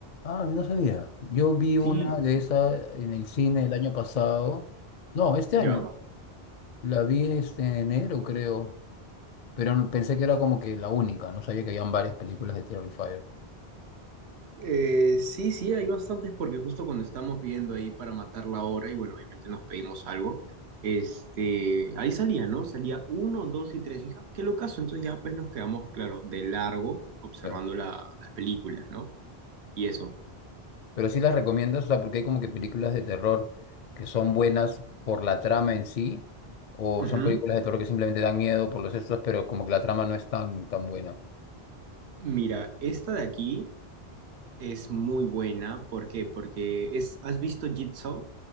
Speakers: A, on the left; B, on the right.
A: Ah, no sabía. Yo vi una
B: Sí, sí.
A: de esas en el cine el año pasado. No, este
B: ¿Ya?
A: año. La vi este, en enero, creo. Pero no- pensé que era como que la única. No sabía que habían varias películas de Terrifier.
B: Eh, sí, sí, hay bastantes porque justo cuando estamos viendo ahí para matar la hora y bueno, obviamente nos pedimos algo, este, ahí salía, ¿no? Salía uno, dos y tres, hija, qué locazo, entonces ya pues nos quedamos, claro, de largo observando
A: Claro.
B: la- las películas, ¿no? Y eso.
A: Pero sí las recomiendas, o sea, porque hay como que películas de terror que son buenas por la trama en sí, o
B: Ujú.
A: son películas de terror que simplemente dan miedo por los estos, pero como que la trama no es tan, tan buena.
B: Mira, esta de aquí es muy buena, ¿por qué? Porque es, ¿has visto Jitsaw?